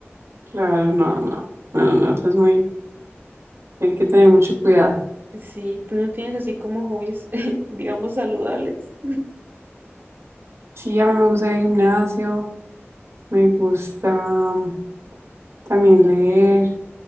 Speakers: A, on the right; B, on the right.
A: Claro, no, no, no, no, eso es muy, hay que tener mucho cuidado.
B: Sí, tú no tienes así como hobbies, <laughs> digamos, saludables.
A: Sí, a mí me gusta ir al gimnasio, me gusta mm, también leer.